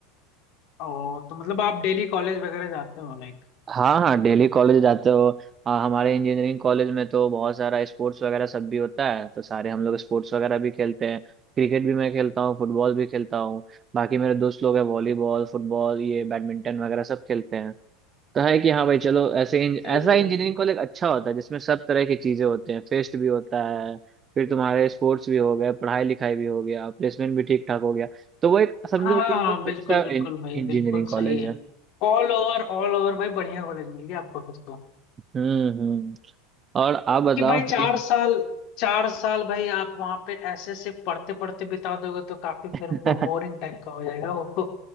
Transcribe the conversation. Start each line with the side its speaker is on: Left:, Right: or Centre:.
Left: और तो मतलब आप डेली कॉलेज वगैरह जाते हो लाइक
Right: हाँ हाँ डेली कॉलेज जाते हो हाँ हमारे इंजीनियरिंग कॉलेज में तो बहुत सारा स्पोर्ट्स वगैरह सब भी होता है तो सारे हम लोग स्पोर्ट्स वगैरह भी खेलते हैं क्रिकेट भी मैं खेलता हूँ फुटबॉल भी खेलता हूँ बाकी मेरे दोस्त लोग हैं वॉलीबॉल फुटबॉल ये बैडमिंटन वगैरह सब खेलते हैं तो है कि हाँ भाई चलो ऐसे इंज-
Left: सही
Right: ऐसा इंजीनियरिंग
Left: है भाई।
Right: कॉलेज अच्छा होता है जिसमें सब तरह की चीज़ें होते हैं फेस्ट भी होता है फिर तुम्हारे स्पोर्ट्स भी हो गए पढ़ाई लिखाई भी हो गया प्लेसमेंट भी ठीक ठाक हो गया तो वो एक समझो
Left: हाँ
Right: कि
Left: हाँ हाँ,
Right: वो एक
Left: बिल्कुल
Right: अच्छा
Left: बिल्कुल भाई
Right: इंजीनियरिंग
Left: बिल्कुल सही
Right: कॉलेज
Left: है
Right: है
Left: ऑल ओवर ऑल ओवर भाई बढ़िया कॉलेज मिल गया आपको फिर तो
Right: हम्म हम्म और आप
Left: क्योंकि
Right: बताओ
Left: भाई चार
Right: इन
Left: साल चार साल भाई आप वहां पे ऐसे ऐसे पढ़ते पढ़ते बिता दोगे तो काफी
Right: <laughs>
Left: फिर बोरिंग टाइप का हो जाएगा वो